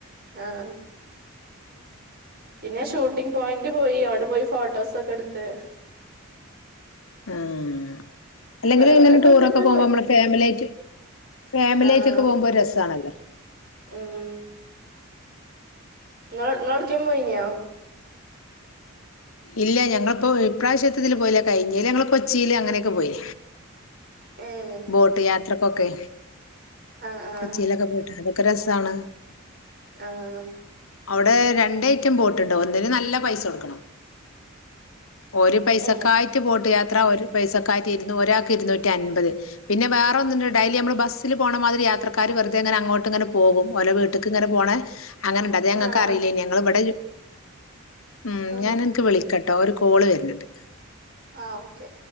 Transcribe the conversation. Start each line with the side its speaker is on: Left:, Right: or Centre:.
Right: ആഹ് പിന്നെ ഷൂട്ടിങ് പോയിന്റ് പോയി അവിടെ പോയി ഫോട്ടോസൊക്കെ എടുത്ത്
Left: ആഹ് അല്ലെങ്കിലും
Right: കൊറെ കൊറെ
Left: ഇങ്ങനെ
Right: സ്ഥലത്ത്ങ്ങനെ
Left: ടൂറോക്കെ പോകുമ്പോ
Right: പോയി
Left: നമ്മളെ ഫാമിലി ആയിട്ട് ഫാമിലി
Right: ആ
Left: ആയിട്ടൊക്കെ പോകുമ്പോ ഒരു രസാണല്ലോ
Right: ഉം നിങ്ങ നിങ്ങളെവ്ടെക്കേം പോയിനിയാ
Left: ഇല്ല ഞങ്ങളിപ്പോ ഇപ്രാവശ്യതത്തില് പോയില്ല കഴിഞ്ഞെല് ഞങ്ങള് കൊച്ചില് അങ്ങനെ ഒക്കെ പോയി
Right: ഏഹ്
Left: ബോട്ട് യാത്ര ക്കൊക്കെ
Right: ആഹ് ആഹ്
Left: കൊച്ചിലൊക്കെ പോയിട്ട് അത് രസാണ്
Right: ആഹ്
Left: അവിടെ രണ്ട് ഐറ്റം ബോട്ടുണ്ട് ഒന്നിന് നല്ല പൈസ കൊടുക്കണം. ഓര് പൈസക്കായിട്ട്
Right: ഏഹ്
Left: ബോട്ട് എത്ര ഓര് പൈസക്കായിട്ട് ഇരുന്നു ഒരാൾക്ക് ഇരുന്നൂറ്റൻപത് പിന്നെ വേറൊന്നുണ്ട് അതില് നമ്മള് ബസ്സിൽ പോണ മാതിരി യാത്രക്കാര് വെറുതെയങ്ങനാ അങ്ങോട്ട് ഇങ്ങനെ പോകും ഓരോ വിട്ട്ക്ക് ഇങ്ങനെ പോണ അങ്ങനെണ്ട് അത് ഞങ്ങൾക്ക്
Right: ആഹ് ആഹ്
Left: അറില്ലെന്നു ഞങ്ങൾ ഇവിടെ ലു ഉം
Right: ആഹ്
Left: ഞാൻ നിനിക്ക് വിളിക്ക ട്ടോ ഒരു കോള് വരുന്നിണ്ട്
Right: ആ ഓക്കെ